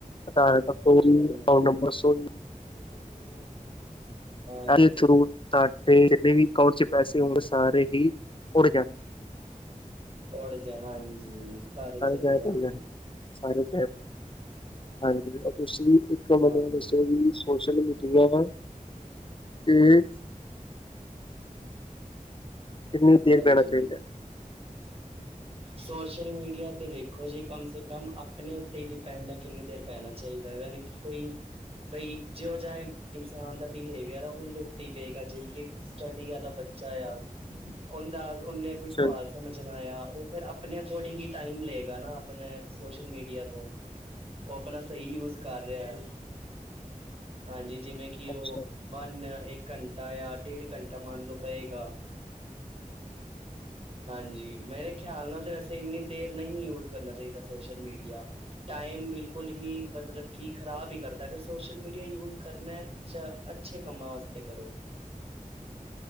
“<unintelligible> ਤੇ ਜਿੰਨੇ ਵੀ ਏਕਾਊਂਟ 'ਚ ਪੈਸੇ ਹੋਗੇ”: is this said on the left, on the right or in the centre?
Left